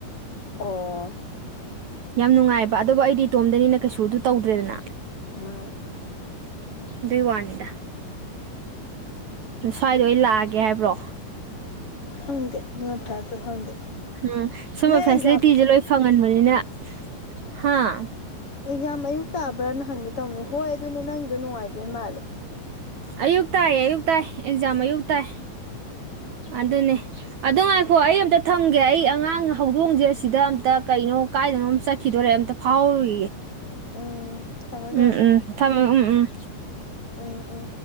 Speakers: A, on the left; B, on the right.
A: ꯑꯣ
B: ꯌꯥꯝ ꯅꯨꯡꯉꯥꯏꯕ ꯑꯗꯨꯕꯨ ꯑꯩꯗꯤ ꯏꯇꯣꯝꯗꯅꯤꯅ ꯀꯩꯁꯨ ꯑꯗꯨ ꯇꯧꯗ꯭ꯔꯦꯗꯅ
A: ꯃꯥ
B: ꯑꯗꯨꯏ ꯋꯥꯅꯤꯗ ꯑ ꯁ꯭ꯋꯥꯏꯗ ꯑꫭꯏ ꯂꯥꯛꯑꯒꯦ ꯍꯥꯏꯕ꯭ꯔꯣ
A: ꯈꯪꯗꯦ ꯑꯗꯨꯅ ꯐꯔꯗ꯭ꯔ ꯈꯪꯗꯦ
B: ꯎꯝ ꯁꯨꯝꯕ
A: ꯅꯪ ꯑꯦꯛꯖꯥꯝ
B: ꯐꯦꯁꯤꯂꯤꯇꯤꯁꯦ ꯂꯣꯏ ꯐꯪ ꯍꯟꯕꯅꯤꯅ ꯍꯥꯥ
A: ꯑꯦꯛꯖꯥꯝ ꯑꯌꯨꯛ ꯇꯥꯕ꯭ꯔꯥꯅ ꯍꯪꯒꯦ ꯇꯧꯅꯦ ꯍꯣꯏ ꯑꯗꯨꯅꯦ ꯅꯪꯒꯤꯗꯣ ꯅꯨꯡꯉꯥꯏꯗꯣꯏ ꯃꯥꯜꯂꯦ
B: ꯑꯌꯨꯛ ꯇꯥꯏꯌꯦ ꯑꯌꯨꯛ ꯇꯥꯏ ꯑꯦꯛꯖꯥꯝ ꯑꯌꯨꯛ ꯇꯥꯏ ꯑꯗꯨꯅꯦ ꯑꯗꯨ ꯉꯥꯏꯈꯣ ꯑꯩ ꯑꯝꯇ ꯊꯝꯒꯦ ꯑꯩ ꯑꯉꯥꯡ ꯍꯧꯗꯣꯡꯁꯦ ꯑꯁꯤꯗ ꯑꯝꯇ ꯀꯩꯅꯣ ꯀꯥꯏꯗꯅꯣ ꯑꯃ ꯆꯠꯈꯤꯗꯣꯔꯦ ꯑꯝꯇ ꯐꯥꯎꯍꯧꯔꯨꯒꯤꯒꯦ
A: ꯎꯝ ꯊꯝꯃꯣ
B: ꯎꯝ
A: ꯊꯝꯃꯣ
B: ꯎꯝ ꯊꯝꯃꫭ ꯎꯝ ꯎꯝ
A: ꯎꯝ ꯎꯝ